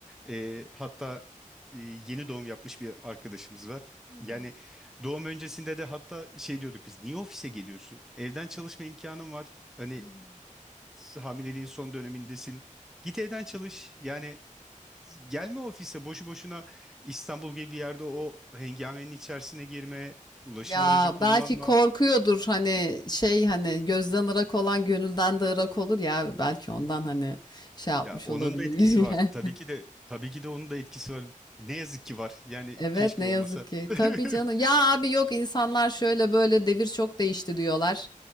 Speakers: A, in the centre; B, on the left.
A: E, hatta e, yeni doğum yapmış bir arkadaşımız var.
B: Hı hı.
A: Yani doğum öncesinde de hatta şey diyorduk biz niye ofise geliyorsun? Evden çalışma imkanın var. Hani
B: Hı hı.
A: e, hamileliğin son dönemindesin. Git evden çalış. Yani gelme ofise boşu boşuna İstanbul gibi bir yerde o hengamenin içerisine girme, ulaşım
B: Ya
A: aracı kullanma.
B: belki korkuyordur hani şey hani gözden ırak olan gönülden de ırak olur ya belki ondan hani şey yapmış
A: Ya onun
B: olabilir.
A: da etkisi var. Tabii
B: <laughs>
A: ki de tabii ki de onun da etkisi var. Ne yazık ki var. Yani
B: Evet
A: keşke
B: ne yazık
A: olmasa.
B: ki.
A: <laughs>
B: Tabii canım. Ya abi yok insanlar şöyle böyle devir çok değişti diyorlar.